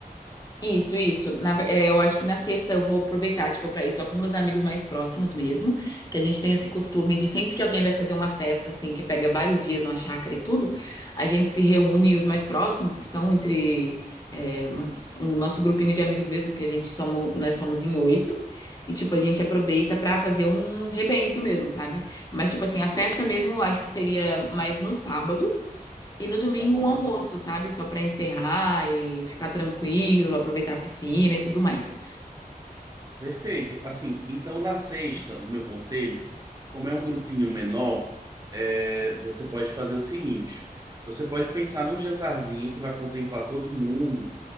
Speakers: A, on the left; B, on the right.
A: Isso, isso. Na ver- é, eu acho que na sexta eu vou aproveitar, tipo, pra ir só com os meus amigos mais próximos mesmo, que a gente tem esse costume de sempre que alguém vai fazer uma festa, assim, que pega vários dias numa chácara e tudo, a gente se reúne os mais próximos, que são entre é, umas- um nosso grupinho de amigos mesmo, que a gente somos, nós somos em oito, e, tipo, a gente aproveita pra fazer um rebento mesmo, sabe? Mas, tipo assim, a festa mesmo eu acho que seria mais no sábado, e no domingo
B: Tá bom.
A: um almoço, sabe? Só pra encerrar e ficar tranquilo, aproveitar a piscina e tudo mais.
B: Perfeito. Assim, então na sexta, o meu conselho, como é um grupinho menor, é, você pode fazer o seguinte: você pode pensar num jantarzinho que vai contemplar todo mundo